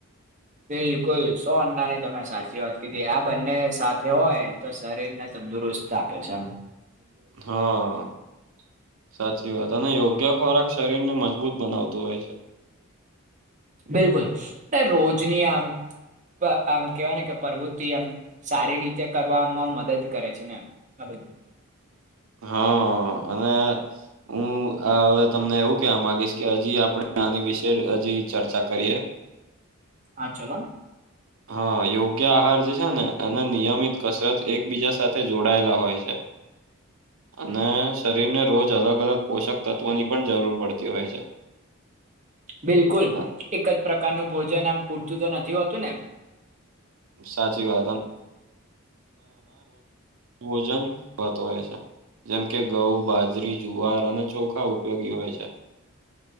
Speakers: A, on the right; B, on the right.
A: બિલકુલ સો અન્નાની તમે સાચી વાત કીધી આ બંને સાથે હોય તો શરીરને તંદુરસ્ત ચાર
B: હા સાચી વાત અને યોગ્ય ખોરાક શરીર ને મજબૂત બનાવતું હોય છે
A: બિલકુલ રોજની આમ આમ કેવાય ને કે પ્રવૃત્તિ એમ સારી રીતે કરવામાં મદદ કરે છે ને હા બધ
B: હા અને હું હવે તમને એવું કેહેવા માંગીશ કે હજી આપણે આની વિશે હજી ચર્ચા કરીએ
A: હા ચલો ને
B: હા યોગ્ય આહાર જે છે ને એને નિયમિત કસરત એકબીજા સાથે જોડાયેલા હોય છે અને શરીર ને રોજ અલગ અલગ અલગ પોષક તત્ત્વોની પણ જરૂર પડતી હોય છે
A: બિલકુલ
B: અ,
A: એક જ પ્રકારનું ભોજન આમ પૂરતું તો નથી હોતું ને
B: સાચી વાત અજ ભોજન કરતો હોય છે જેમ કે ઘઉ, બાજરી, જુવાર અને ચોખા ઉપયોગી હોય છે.